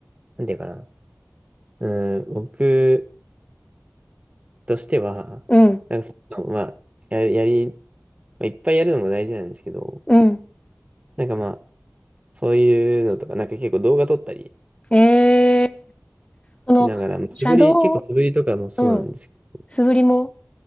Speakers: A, on the right; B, on the left.
A: なんていうかな。うん、僕としては、
B: うん、
A: なんかそういうの、まあ、やる、やり、まあ、いっぱいやるのも大事なんですけど、
B: うん。
A: なんかまあ、そういうのとか、なんか結構動画撮ったり
B: ええその、
A: しながら、まあ素振り、
B: シャドー、
A: 結構素振りとかもそうなんですけど
B: うん、素振りも